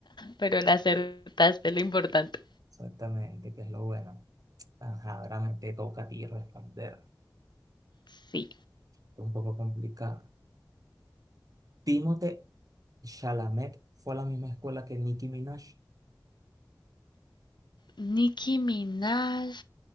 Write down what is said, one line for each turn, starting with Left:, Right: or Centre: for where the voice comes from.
Left: pero la acertaste, es lo importante.
Right: Exactamente, que es lo bueno. Ajá, ahora me te toca a ti responder.
Left: Sí.
Right: Es un poco complicado. Timothée Chalamet fue a la misma escuela que Nicki Minaj.
Left: Nicki Minaj,